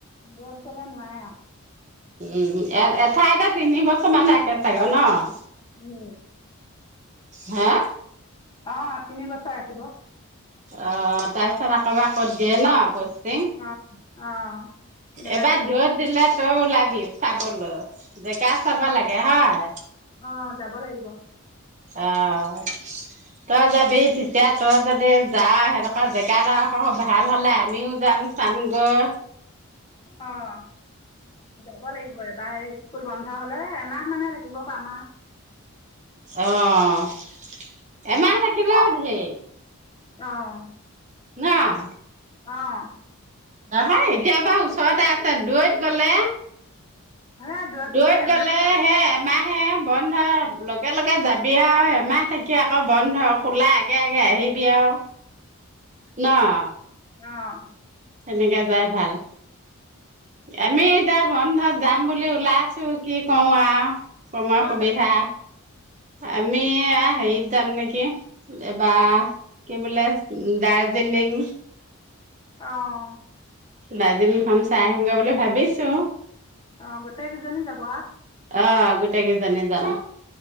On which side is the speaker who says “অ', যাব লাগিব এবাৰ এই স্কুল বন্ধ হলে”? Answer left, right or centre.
Left